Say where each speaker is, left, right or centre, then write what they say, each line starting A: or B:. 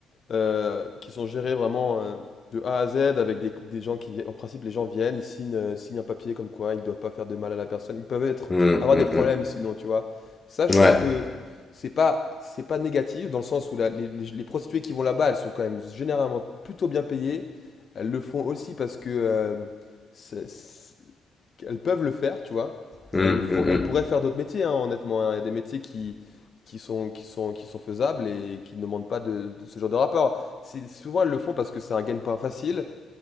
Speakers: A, on the left; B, on the left.
A: euh, qui sont gérés vraiment euh, de A à Z avec des, des gens qui viennent. En principe, les gens viennent, ils signent, euh, signent un papier comme quoi ils ne doivent pas faire de mal à la personne. Ils peuvent être,
B: mm, mm,
A: avoir
B: mm.
A: des
B: Mm,
A: problèmes
B: mm,
A: sinon, tu vois. Ça, je
B: mm.
A: trouve
B: Ouais.
A: que c'est pas, c'est pas négatif dans le sens où la- les, les- les prostituées qui vont là-bas, elles sont quand même généralement plutôt bien payées. Elles le font aussi parce que euh, c'est- c'est- elles peuvent le faire, tu vois.
B: Mm,
A: Elles le font.
B: mm,
A: Elles pourraient faire d'autres métiers, hein, honnêtement. hein. Il y a des métiers qui, qui sont, qui sont, qui sont faisables et qui ne demandent pas de, de ce genre de rapport. C'est- Souvent, elles le font parce que c'est un gagne-pain facile.